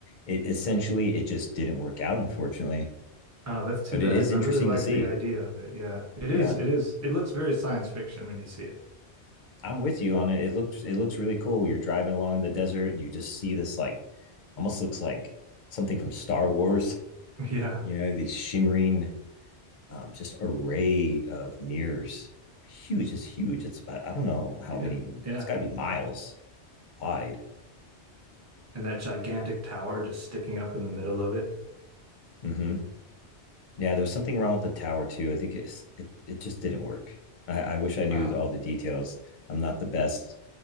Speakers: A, on the left (about 55°); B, on the right (about 20°).
A: It essentially it just didn't work out, unfortunately.
B: Oh, that's too
A: But
B: bad.
A: it is
B: I
A: interesting
B: really liked
A: to see.
B: the idea of it. Yeah. It
A: Yeah,
B: is, it is, it looks very science fiction when you see it.
A: I'm with you on it. It looked it looks really cool. You're driving along in the desert, and you just see this like almost looks like something from Star Wars.
B: <laughs> Yeah.
A: You know, these shimmering um, just array of mirrors. Huge, it's huge. It's about I don't know how
B: Yeah.
A: many.
B: Yeah.
A: It's got to be miles wide.
B: And that gigantic tower just sticking up in the middle of it.
A: hmm Yeah, there's something wrong with the tower too. I think it's it it just didn't work. I, I wish I knew
B: Wow.
A: all the details. I'm not the best